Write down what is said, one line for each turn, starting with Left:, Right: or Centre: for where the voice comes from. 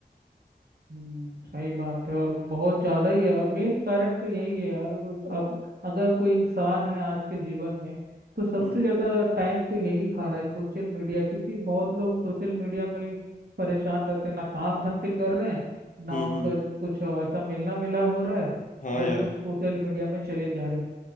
Right: हम्म, सही बात है और बहुत ज्यादा ही है और मेन कारण तो यही है यार तो अब अगर कोई इंसान है आज के जीवन में तो सबसे
Left: हम्म
Right: ज्यादा टाइम तो यही खा रहा है सोशल मीडिया क्योंकि बहुत लोग सोशल मीडिया में ही परेशान रहते हैं ना काम ढंग से कर रहे हैं ना
Left: हम्म
Right: उनका
Left: हम्म
Right: कुछ ऐसा मिलना मिला हो रहा है
Left: हाँ
Right: बस
Left: यार
Right: वो सोशल मीडिया में चले जा रहे हैं